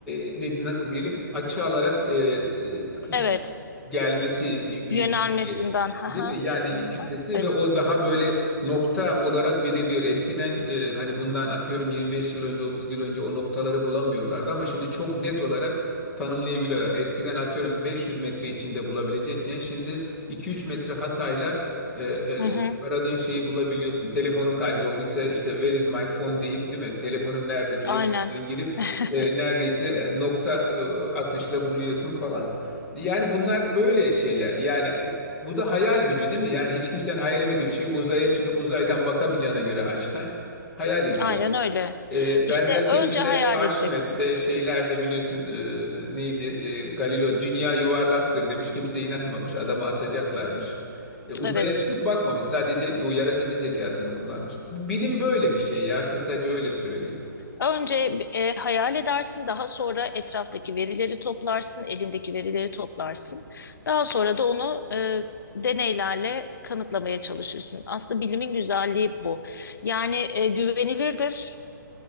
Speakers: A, in the centre; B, on the left.
A: e, ne- nasıl diyelim açı alarak e, e,
B: evet.
A: gelmesi büyük
B: Yönelmesinden.
A: kitle.
B: haha,
A: Değil mi? Yani kütlesi
B: Evet,
A: ve o daha böyle nokta olarak belirliyor. Eskiden e, hani bundan atıyorum 25 yıl önce 30 yıl önce o noktaları bulamıyorlardı ama şimdi çok net olarak tanımlayabiliyorlar. Eskiden atıyorum 500 metre içinde bulabilecekken şimdi 2-3 metre hatayla e, e,
B: hı hı.
A: aradığın şeyi bulabiliyorsun. Telefonun kaybolduysa işte where is my phone deyip değil mi? Telefonum nerede diye
B: aynen.
A: oradan girip
B: <laughs>
A: e, neredeyse nokta e, atışla buluyorsun falan. Yani bunlar böyle şeyler. Yani e, bu da hayal gücü değil mi? Yani hiç kimsenin hayal edemediği bir şey. Uzaya çıkıp uzaydan bakamayacağına göre Einstein hayal ediyor.
B: Aynen öyle.
A: Ee,
B: İşte
A: benzer şekilde
B: önce hayal
A: Arşimet'te
B: edeceksin.
A: şeylerde biliyorsun e, neydi? E, Galileo dünya yuvarlaktır demiş. Kimse inanmamış. Adamı asacaklarmış. E, uzaya
B: Evet.
A: çıkıp bakmamış. Sadece o yaratıcı zekasını kullanmış. Bilim böyle bir şey ya. Kısaca öyle söyleyeyim.
B: Önce e, hayal edersin, daha sonra etraftaki verileri toplarsın, elindeki verileri toplarsın. Daha sonra da onu e, deneylerle kanıtlamaya çalışırsın. Aslında bilimin güzelliği bu. Yani e, güvenilirdir